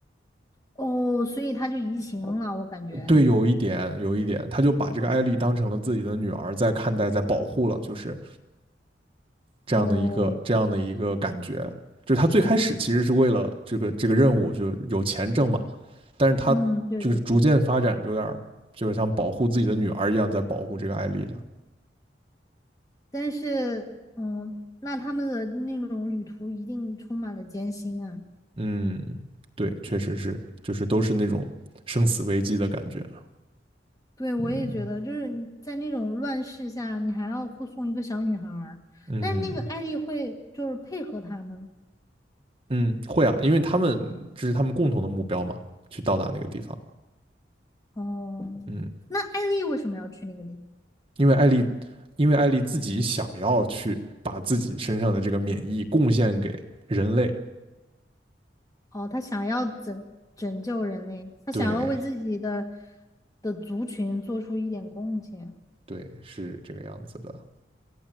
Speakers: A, on the left; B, on the right.
A: 哦，所以他就移情了，我感觉。
B: 对，有一点，有一点，他就把这个艾丽当成了自己的女儿在看待，在保护了，就是这样的一个这样的一个感觉。
A: 哦，
B: 就是他最开始其实是为了这个这个任务，就有钱挣嘛，但是他就是逐渐发展，
A: 嗯，对对对，
B: 有点就是像保护自己的女儿一样，在保护这个艾丽了。
A: 但是，嗯，那他们的那种旅途一定充满了艰辛啊。
B: 嗯，对，确实是，就是都是那种生死危机的感觉啊。
A: 对，我也觉得，
B: 嗯
A: 就是你在那种乱世下，你还要护送一个小女孩儿，
B: 嗯
A: 但是那个艾丽会就是配合他们。
B: 嗯，会啊，因为他们这是他们共同的目标嘛，去到达那个地方。
A: 哦，
B: 嗯，
A: 那艾丽为什么要去那个地方？
B: 因为艾丽，因为艾丽自己想要去把自己身上的这个免疫贡献给人类。
A: 哦，他想要拯拯救人类，他想要为自己的
B: 对
A: 的族群做出一点贡献。
B: 对，是这个样子的。